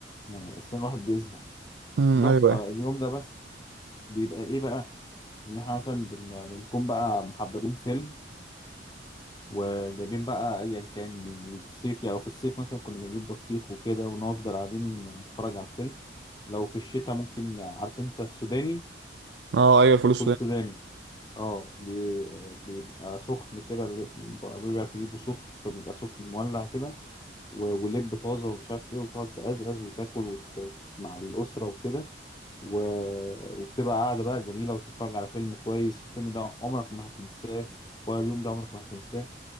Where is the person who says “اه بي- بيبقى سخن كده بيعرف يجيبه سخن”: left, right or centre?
Left